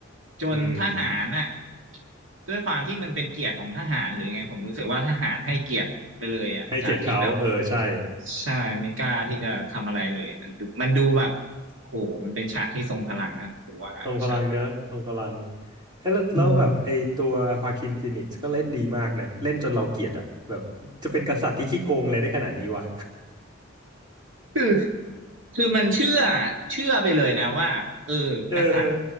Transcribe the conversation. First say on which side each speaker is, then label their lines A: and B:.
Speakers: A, on the right; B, on the right.
A: จนทหารน่ะ
B: อืม
A: ด้วยความที่มันเป็นเกียรติของทหารหรือไงผมรู้สึกว่าทหารให้เกียรติไปเลยอ่ะจากที่แบบ
B: ให้เกียรติเขาเออใช่
A: ใช่ไม่กล้าที่จะทำอะไรเลยมันดูมันดูแบบโหมันเป็นฉากที่ทรงพลังนะผมว่าฉาก
B: ทรงพลังเนอะทรงพลังเอ้ยแล้วแล้วแบบไอตัวฮาคินฟีนิกซ์ก็เล่นดีมากนะเล่นจนเราเกลียดอะแบบจะเป็นกษัตริย์ที่ขี้โกงเลยได้ขนาดนี้วะ
A: อืม คือคือมันเชื่อเชื่อไปเลยนะว่าเออกษัตริย์
B: <laughs> เออ